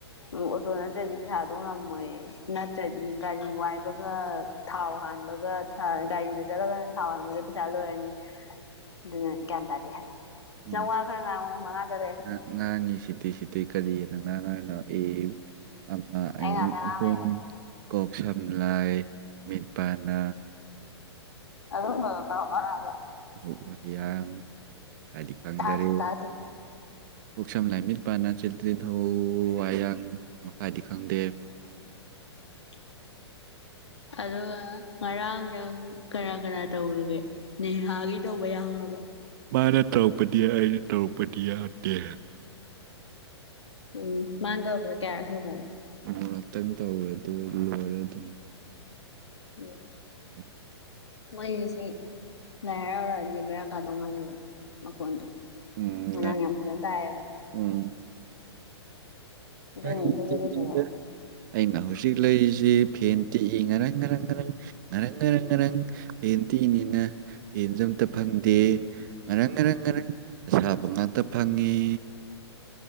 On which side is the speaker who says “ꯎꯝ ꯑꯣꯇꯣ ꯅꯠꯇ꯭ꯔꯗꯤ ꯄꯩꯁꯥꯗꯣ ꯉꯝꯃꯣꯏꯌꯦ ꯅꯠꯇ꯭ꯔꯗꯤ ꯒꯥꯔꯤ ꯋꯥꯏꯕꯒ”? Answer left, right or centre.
Left